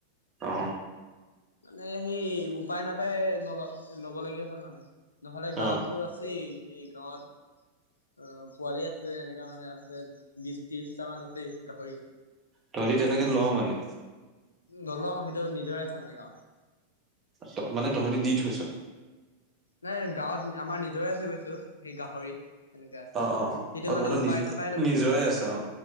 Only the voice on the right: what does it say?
অ
অ
তহঁতি তেনেকে ল' মানে
ত মানে তহঁতি দি থৈছ
অ অ অ অ তহঁতৰ
নিজ
নিজৰে আছে অ